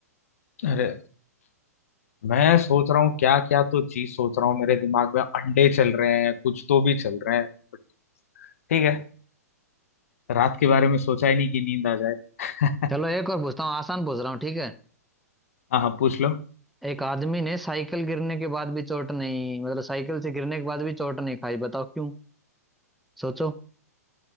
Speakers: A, on the left; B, in the centre.
A: अरे मैं सोच रहा हूँ क्या क्या तो चीज सोच रहा हूँ मेरे दिमाग में अंडे चल रहे हैं कुछ तो भी चल रहे हैं but ठीक है रात के बारे में सोचा ही नहीं कि नींद आ जाए <laughs>
B: चलो एक और पूछता हूँ आसान पूछ रहा हूँ ठीक है
A: हाँ हाँ पूछ लो
B: एक आदमी ने साइकिल गिरने के बाद भी चोट नहीं मतलब साइकिल से गिरने के बाद भी चोट नहीं खाई बताओ क्यों सोचो